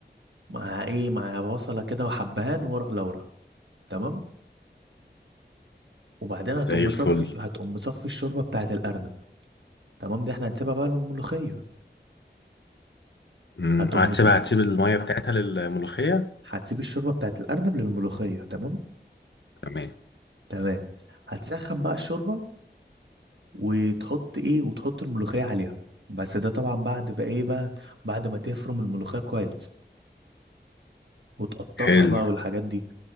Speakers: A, on the right; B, on the left.
A: مع ايه مع بصله كده وحبهان وورق لورا تمام وبعدين هتقوم
B: زي
A: مصفي
B: الفل
A: هتقوم مصفي الشوربه بتاعه الارنب تمام دي احنا هنسيبها بقى للملوخيه
B: امم
A: هتقوم
B: هتسيبها
A: مت-
B: هتسيب الميه بتاعتها للملوخيه
A: هتسيب الشوربه بتاعه الارنب للملوخيه تمام
B: تمام
A: تمام هتسخن بقى الشوربه وتحط ايه وتحط الملوخيه عليها بس ده طبعا بعد بقى ايه بقى بعد ما تفرم الملوخيه كويس وتقطفها
B: حلو
A: بقى والحاجات دي